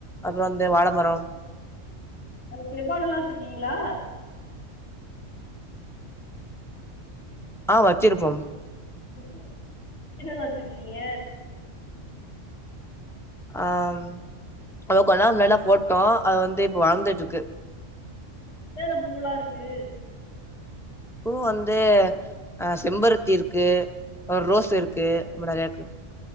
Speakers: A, in the centre; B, on the left (about 65°).
A: அப்பறோ வந்து வாழ மர
B: அது செவ்வாழலா வெச்சிருக்கீங்களா
A: ஆ வச்சிருப்போம்
B: அப்போ என்னன்ன வச்சுருக்கீங்க
A: ஆம் அது கொஞ்ச நாளு முன்னாடிலா போட்டோ அது வந்து இப்போ வளந்துட்ருக்கு
B: என்னென்ன பூவுலா இருக்கு
A: பூ வந்து ஆ செம்பருத்தி இருக்கு அ ரோஸ் இருக்கு அப்டி நெறையா இருக்கு